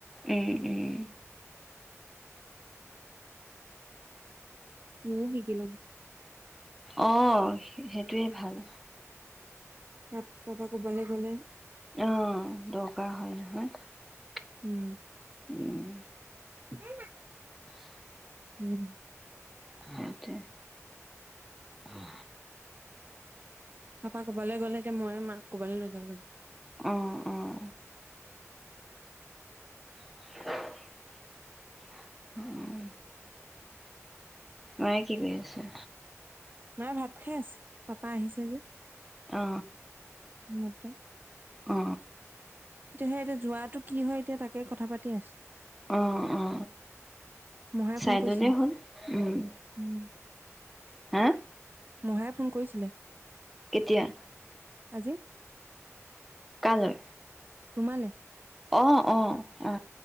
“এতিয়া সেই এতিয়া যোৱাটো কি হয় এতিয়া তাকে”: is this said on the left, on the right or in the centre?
Right